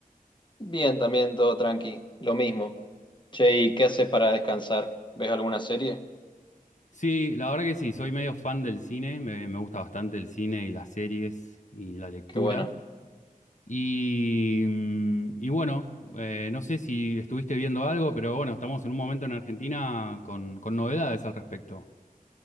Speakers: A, on the left (about 30°); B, on the left (about 55°).
A: Bien, también todo tranqui, lo mismo. Che, ¿y qué haces para descansar? ¿Ves alguna serie?
B: Sí, la verdad que sí, soy medio fan del cine, me, me gusta bastante el cine y las series y la lectura.
A: Qué bueno.
B: Y, mm, y bueno, eh, no sé si estuviste viendo algo, pero bueno, estamos en un momento en Argentina con, con novedades al respecto.